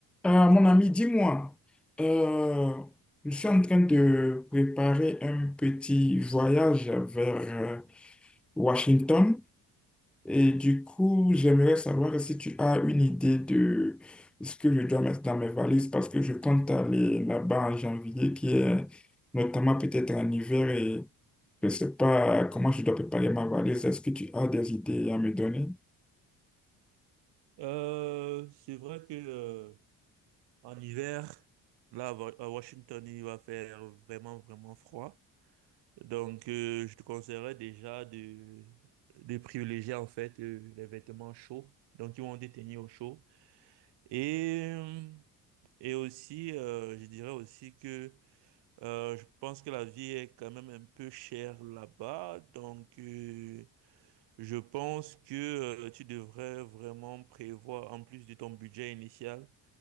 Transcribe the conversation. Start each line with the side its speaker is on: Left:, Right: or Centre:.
Centre: Euh, mon ami, dis-moi, euh, je suis en train de préparer un petit voyage vers euh, Washington et du coup, j'aimerais savoir si tu as une idée de ce que je dois mettre dans mes valises parce que je compte aller là-bas en janvier qui est notamment peut-être en hiver et je ne sais pas comment je dois préparer ma valise. Est-ce que tu as des idées à me donner?
Right: Euh, c'est vrai que euh, en hiver, là à Wa- à Washington, il va faire vraiment vraiment froid. Donc, euh, je te conseillerais déjà de, de privilégier en fait euh, les vêtements chauds, donc ils vont te tenir au chaud. Et euh, et aussi, euh, je dirais aussi que euh, je pense que la vie est quand même un peu chère là-bas, donc euh, je pense que euh, tu devrais vraiment prévoir en plus de ton budget initial